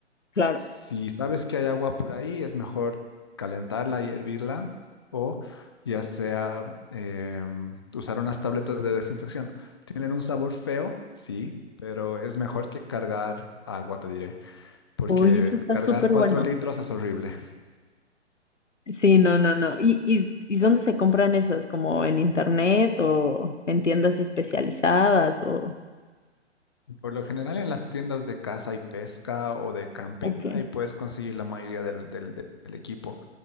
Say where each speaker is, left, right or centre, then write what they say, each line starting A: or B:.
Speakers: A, on the left (about 85°); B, on the left (about 25°).
A: Claro.
B: Si sabes que hay agua por ahí, es mejor calentarla y hervirla o ya sea eh, usar unas tabletas de desinfección. Tienen un sabor feo, sí, pero es mejor que cargar agua, te diré, porque
A: Oye, eso está
B: cargar
A: súper
B: cuatro
A: bueno.
B: litros es horrible.
A: Sí, no, no, no. ¿Y, y, y dónde se compran esas? ¿Como en internet o en tiendas especializadas o...?
B: Por lo general en las tiendas de caza y pesca o de camping,
A: Ok.
B: ahí puedes conseguir la mayoría del, del- del equipo.